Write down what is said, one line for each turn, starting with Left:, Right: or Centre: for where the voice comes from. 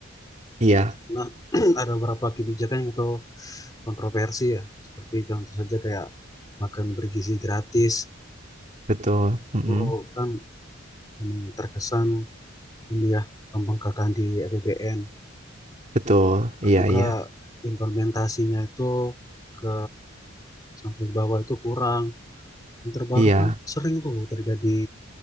Right: Iya,
Left: Karena <clears throat> ada beberapa kebijakan yang itu kontroversi ya. Seperti contoh saja kayak makan bergizi gratis.
Right: betul. Mm-mm.
Left: Itu kan memang terkesan ini ya gampang gagal di APBN
Right: Betul.
Left: terus
Right: Iya,
Left: juga
Right: iya.
Left: implementasinya itu ke sampai bawah itu kurang yang terbaru
Right: Iya,
Left: kan sering tuh terjadi